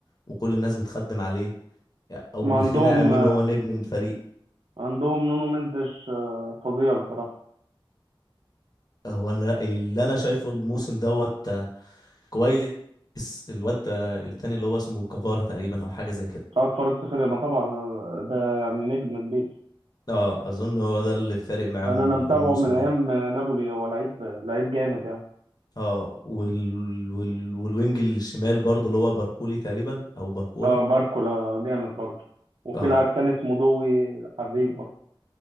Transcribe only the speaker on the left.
وكل الناس بتخدم عليه او
الخناقة مين هو نجم الفريق
هو أنا... اللي انا شايفه الموسم دوت آه، كويس الواد آه، التاني اللي هو اسمه كفارة تقريبا او حاجة زي كده
اه اظن هو ده اللي فارق معاهم
ال-
الموسم
ده
اه وال... وال... والوينج الشمال برضو اللي هو باركولي تقريبا او باركولا
اه